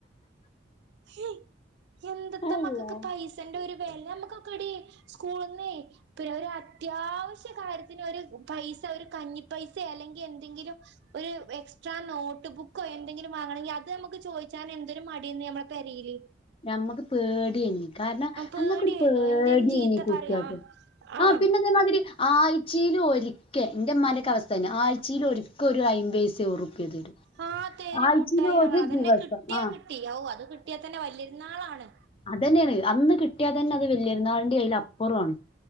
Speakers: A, on the right; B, on the left.
A: ഹ്മ് എന്ത്ത
B: അല്ലാഹ്
A: മക്കൊക്കെ പൈസന്റെ ഒരു വേല നമ്മക്കൊക്കടി സ്കൂളന്ന് പ്പേ ഒരു അത്യാവശ്യ കാര്യത്തിന് ഒരു പൈസ ഒരു കഞ്ഞിപ്പൈസെ അല്ലെങ്കി എന്തെങ്കിലും ഒരു എക്സ്ട്രാ നോട്ട് ബുക്കോ എന്തെലും വാങ്ങണങ്കിൽ അതമു ക്ക് ചോദിച്ചാൻ എന്തെങ്കും മടി അയ്നുനമ്മെ പരയില്
B: ഞമ്മക്ക് പേടിയേന്നീ കാരണം
A: പേടിയായിരുന്നു
B: അന്നൊക്കെ ഒരു പേടിയന്നീ
A: എന്തേലും ചീത്ത
B: കുട്ടിയൾക്ക്
A: പറയോ ആഹ്
B: ആഹ പിന്നെ അതേമാതിരി ആഴ്ചൽ ഒരിക്കേ എന്റെ മ്മന്റെ ക്കാവസ്ഥ തന്നെ ആഴ്ചയില ഒരിക്ക ഒരു അയിബൈസ ഒറുപ്പ തരും
A: ആഹ തേര
B: ആഴ്ചയിൽ
A: മുട്ടായി ഞങ്ങ
B: ഒരു
A: അതന്നെ
B: ദിവസം
A: കിട്ടിയാ
B: ആഹ്
A: കിട്ടി ഓ അതന്നേ കിട്ടിയാന്നെ വല്യരുന്നാളാണ്
B: അത് തന്നെണ് അന്ന് കിട്ടിയാ തന്നെ അത് വലിയിരുന്നാളൻറെ അയ്യിൽ അപ്പുറാണ്.